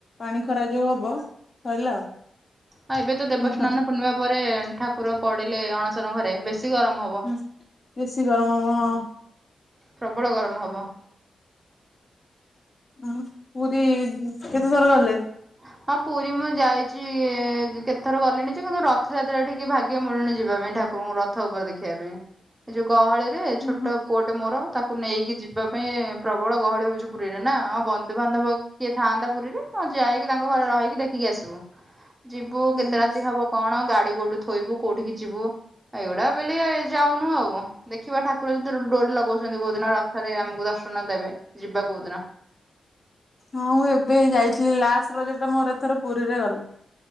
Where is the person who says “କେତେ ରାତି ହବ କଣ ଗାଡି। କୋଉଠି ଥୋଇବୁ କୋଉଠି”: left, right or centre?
Right